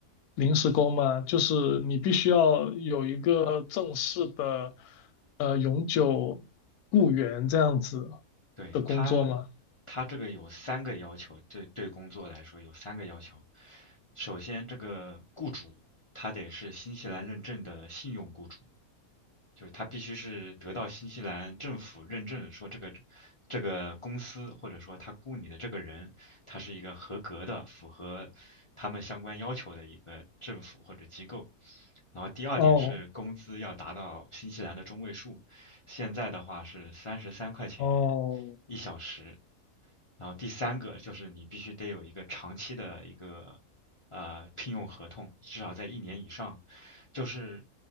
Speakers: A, on the left; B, on the left.
A: 临时工吗？就是你必须要有一个正式的，呃，永久雇员这样子
B: 对，
A: 的工作吗？
B: 他，他这个有三个要求，对对工作来说有三个要求。首先，这个雇主他得是新西兰认证的信用雇主，就是它必须是得到新西兰政府认证，说这个这个公司或者说他雇你的这个人，他是一个合格的、符合他们相关要求的一个政府或者机构。然后第二点是工资要达到新西兰的中位数，
A: 哦
B: 现在的话是三十三块钱
A: 哦
B: 一小时。然后第三个就是你必须得有一个长期的一个呃聘用合同，至少在一年以上，就是，